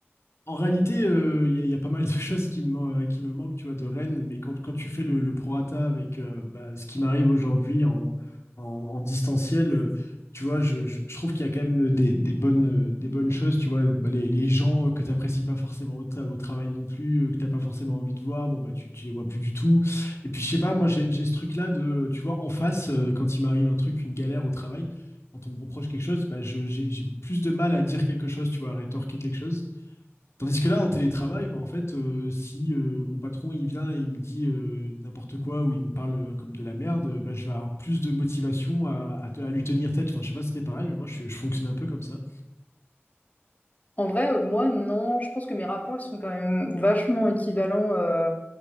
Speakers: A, on the left (about 80°); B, on the left (about 35°).
A: En réalité, euh, il y, a y a pas mal de <laughs> choses qui me, euh, qui me manquent, tu vois, de Rennes, mais quand, quand tu fais le, le prorata avec euh, bah, ce qui m'arrive aujourd'hui en, en, en distanciel, euh, tu vois, je, je- je trouve qu'il y a quand même des, des bonnes, euh, des bonnes choses, tu vois, bah, les, les gens euh, que tu n'apprécies pas forcément au, tra- au travail non plus, euh, que tu n'as pas forcément envie de voir, bon, bah, tu, tu les vois plus du tout. Et puis, je sais pas, moi, j'ai j'ai ce truc-là de, tu vois, en face, euh, quand il m'arrive un truc, une galère au travail, quand on me reproche quelque chose, bah, je- j'ai j'ai plus de mal à dire quelque chose, tu vois, à rétorquer quelque chose. Tandis que là, en télétravail, bah, en fait, euh, si euh, mon patron il vient et il me dit euh, n'importe quoi ou il me parle euh, comme de la merde, euh, bah, je vais avoir plus de motivation à, à te- à lui tenir tête. Enfin, je sais pas si c'était pareil, mais moi, je, je fonctionnais un peu comme ça.
B: En vrai, euh, moi non, je pense que mes rapports ils sont quand même vachement équivalents euh,